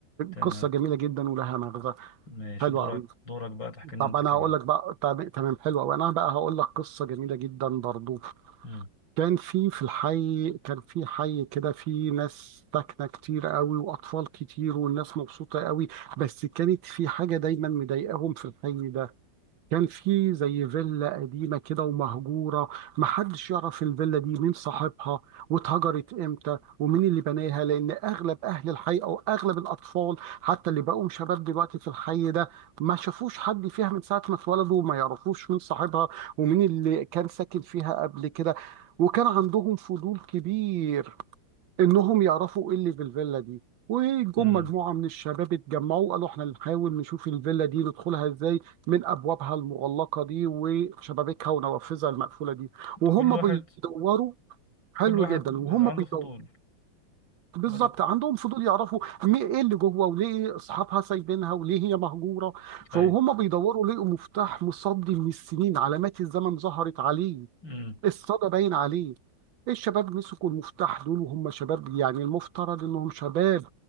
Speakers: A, on the left; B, on the right.
A: تمام
B: قصه جميله جدا ولها مغزى
A: ماشي
B: حلوه
A: دورك
B: قوي
A: دورك بقى تحكي لنا
B: طب
A: انت
B: انا
A: كمان
B: هقول لك بقى طب- تمام حلوه وانا بقى هقول لك قصه جميله جدا برضو
A: امم
B: كان في في الحي كان في حي كده في ناس ساكنة كتير قوي وأطفال كتير والناس مبسوطة قوي بس كانت في حاجة دايما مضايقاهم في الحي ده كان في زي فيلا قديمة كده ومهجورة محدش يعرف الفيلا دي مين صاحبها واتهجرت امتى ومين اللي بناها لأن أغلب أهل الحي أو أغلب الأطفال حتى اللي بقوا شباب دلوقتي في الحي ده ما شافوش حد فيها من ساعة ما اتولدوا وما يعرفوش مين صاحبها ومين اللي كان ساكن فيها قبل كده وكان عندهم فضول كبير انهم يعرفوا ايه اللي في الفيلا دي وجم
A: امم
B: مجموعه من الشباب اتجمعوا قالوا احنا نحاول نشوف الفيلا دي ندخلها ازاي من ابوابها المغلقه دي وشبابيكها ونوافذها المقفوله دي وهم
A: كل واحد
B: بيدوروا حلو
A: كل واحد
B: جدا
A: بيبقى
B: وهم
A: عنده
B: بيدوروا
A: فضول
B: بالظبط
A: بقول لك
B: عندهم فضول يعرفوا مي- ايه اللي جوه وليه اصحابها سايبينها وليه هي مهجوره فهم
A: اي
B: بيدوروا لقوا مفتاح مصدي من السنين علامات الزمن ظهرت عليه
A: امم
B: الصدى باين عليه الشباب مسكوا المفتاح دول وهم شباب يعني المفترض انهم شباب